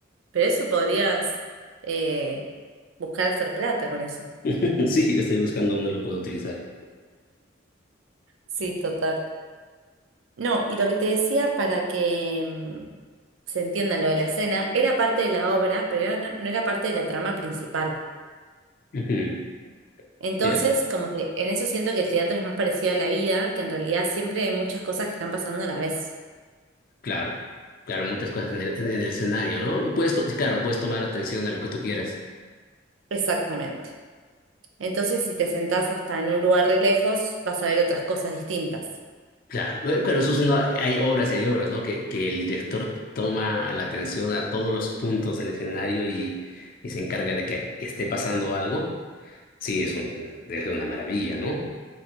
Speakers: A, on the right; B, on the left.
A: pero eso podrías eh, buscar hacer plata con eso.
B: <laughs> Sí, yo estoy buscando dónde lo puedo utilizar.
A: Sí, total. No, y lo que te decía para que mm, se entienda lo de la escena, era parte de la obra, pero era- no, no era parte de la trama principal.
B: Ujú,
A: Entonces,
B: Ya,
A: como que en eso siento que el teatro es más parecido a la vida, que en realidad siempre hay muchas cosas que están pasando a la vez.
B: claro. Claro, muchas cosas en el, en el escenario, ¿no? Y puedes, to- claro, puedes tomar atención a lo que tú quieras.
A: Exactamente. Entonces, si te sentás hasta en un lugar re lejos, vas a ver otras cosas distintas.
B: Claro, eh, pero eso es una, hay obras y hay obras, ¿no? Que, que el director toma la atención a todos los puntos del escenario y, y se encarga de que esté pasando algo. Sí, es un, debe ser una maravilla, ¿no?